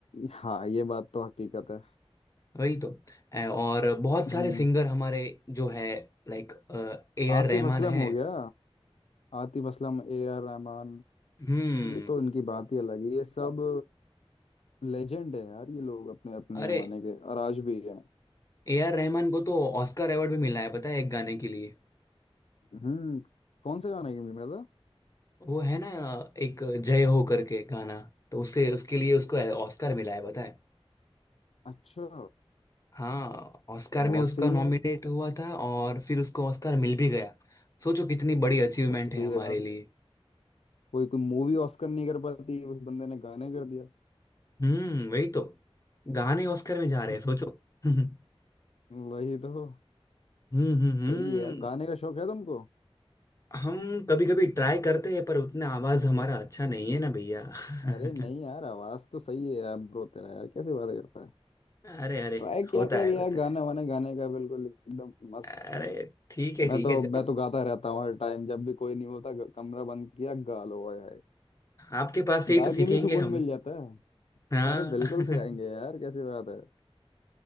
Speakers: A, on the left (about 85°); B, on the left (about 30°).
A: हाँ ये बात तो हकीकत है
B: वही तो ए, और बहुत
A: हम्म
B: सारे सिंगर हमारे जो है लाइक ए
A: आतिफ
B: आर रहमान
A: असलम
B: है
A: हो गया आतिफ असलम ए आर रहमान
B: हम्म
A: ये तो इनकी बात ही अलग है ये सब लेजेंड है यार ये लोग अपने अपने
B: अरे
A: जमाने के और आज भी हैं
B: ए आर रहमान को तो ऑस्कर अवार्ड भी मिला है पता है एक गाने के लिए
A: हम्म कौन से गाने की मिल रहा
B: वो है ना एक जय हो करके गाना तो उससे उसके लिए उसको ऑस्कर मिला है पता है
A: था अच्छा
B: हाँ ऑस्कर
A: बहुत
B: में उसका
A: सही
B: नॉमिनेट
A: है यार
B: हुआ था और फिर उसको ऑस्कर मिल भी गया सोचो कितनी बड़ी अचीवमेंट
A: बहुत सही
B: है हमारे
A: है यार
B: लिए
A: कोई कोई मूवी ऑस्कर नहीं कर पाती उस बंदे ने गाने कर दिया
B: हम्म वही तो गाने ऑस्कर में जा रहे
A: <laughs>
B: हैं सोचो <laughs> हम्म
A: वही तो
B: हम्म हम्म
A: सही है यार गाने का शौक है तुमको
B: हम कभी कभी ट्राई करते हैं पर उतना आवाज हमारा अच्छा नहीं है ना भैया <laughs>
A: अरे नहीं यार आवाज तो सही है यार ब्रो तेरा यार कैसी बातें करता है
B: अरे अरे
A: ट्राई किया
B: होता
A: कर
B: है
A: यार
B: होता
A: गाने
B: है
A: वाने गाने का बिल्कुल एकदम मस्त
B: अरे ठीक है
A: मैं
B: ठीक
A: तो
B: है चलो
A: मैं तो गाता रहता हूँ हर टाइम जब भी कोई नहीं होता ग- कमरा बंद किया गा लो ओए हाय
B: आपके पास से ही
A: गा
B: तो सीखेंगे
A: के भी सुकून
B: हम
A: मिल जाता है
B: हाँ
A: अरे बिल्कुल
B: <laughs>
A: से गाएंगे यार कैसी बात है